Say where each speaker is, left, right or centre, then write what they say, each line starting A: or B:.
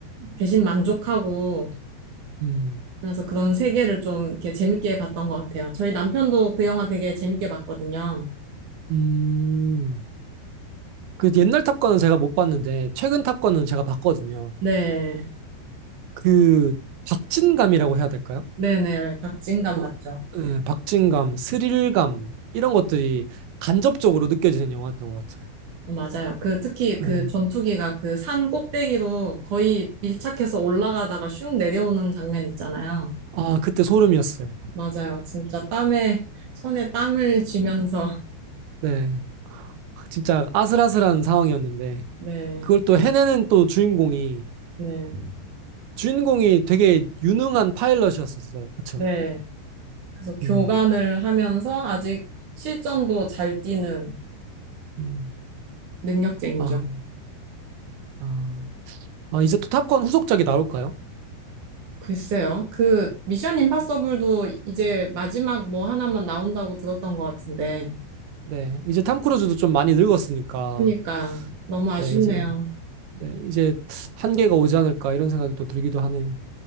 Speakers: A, on the right (about 50°); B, on the right (about 80°).
A: 대신 만족하고
B: 음,
A: 그래서 그런 세계를 좀 이렇게 재밌게 봤던 것 같아요. 저희 남편도 그 영화 되게 재밌게 봤거든요.
B: 음. 그 옛날 탑건은 제가 못 봤는데 최근 탑건은 제가 봤거든요.
A: 네.
B: 그 박진감이라고 해야 될까요?
A: 네네. 박진감
B: 어,
A: 맞죠?
B: 예, 박진감, 스릴감 이런 것들이 간접적으로 느껴지는 영화였던 것 같아요.
A: 어, 맞아요. 그 특히 그
B: 예.
A: 전투기가 그 산 꼭대기로 거의 밀착해서 올라가다가 슝 내려오는 장면 있잖아요.
B: 아, 그때 소름이었어요.
A: 맞아요. 진짜 땀에 손에 땀을 쥐면서
B: 네. 진짜 아슬아슬한 상황이었는데,
A: <laughs> 네.
B: 그걸 또 해내는 또 주인공이,
A: 네.
B: 주인공이 되게 유능한 파일럿이었었어요. 그쵸?
A: 네. 그래서 교관을
B: 음,
A: 하면서 아직 실전도 잘 뛰는
B: 음.
A: 능력쟁이죠.
B: 아, 아, 아, 이제 또 탑건 후속작이 나올까요?
A: 글쎄요. 그 미션 임파서블도 이제 마지막 뭐 하나만 나온다고 들었던 것 같은데.
B: 네. 이제 탐 크루즈도 좀 많이 늙었으니까,
A: 그러니까 너무 아쉽네요.
B: 네, 이제, 네, 이제 한계가 오지 않을까 이런 생각이 또 들기도 하네요.